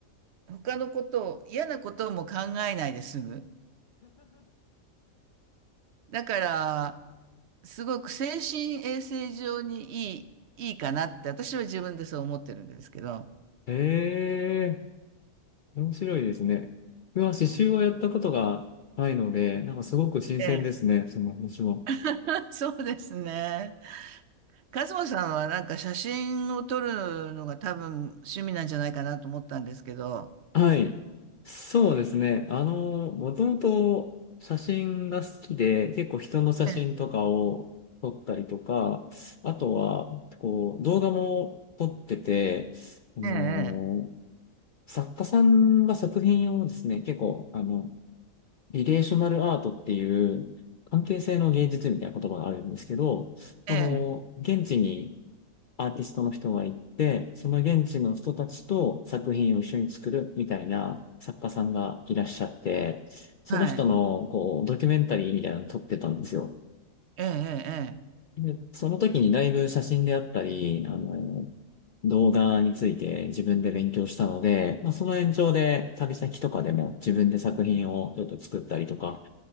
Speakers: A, on the right; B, on the left.
A: 他のことを、嫌なことも考えないで済む。だから、すごく精神衛生上にいい、いいかなって、私は自分でそう思ってるんですけど。
B: へえ、面白いですね。うわ、刺繍はやったことがないので、なんかすごく新鮮ですね。
A: ええ
B: その話も。
A: <laughs> そうですね。カズマさんはなんか写真を撮るのが多分趣味なんじゃないかなと思ったんですけど。
B: はい。そうですね。あの、もともと写真が好きで、結構人の写真とかを撮ったりとか、
A: ええ、
B: あとは、こう、動画も撮ってて、あの
A: ええ、
B: 作家さんが作品をですね、結構、あの、リレーショナルアートっていう関係性の芸術みたいな言葉があるんですけど、その、
A: ええ、ええ
B: 現地にアーティストの人が行って、その現地の人たちと作品を一緒に作るみたいな作家さんがいらっしゃって、その人の、
A: はい、
B: こう、ドキュメンタリーみたいなのを撮ってたんですよ。
A: ええ、
B: で、その時にだいぶ写真であったり、あの、動画について自分で勉強したので、まあ、その延長で旅先とかでも自分で作品をちょっと作ったりとか、